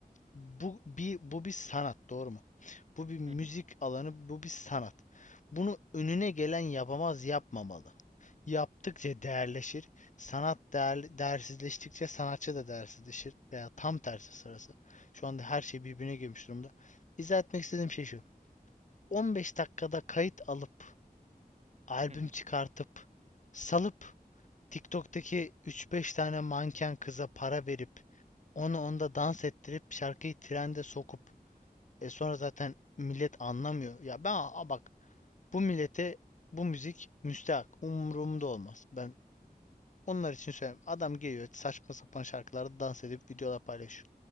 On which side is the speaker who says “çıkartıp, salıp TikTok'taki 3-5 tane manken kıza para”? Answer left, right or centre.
Left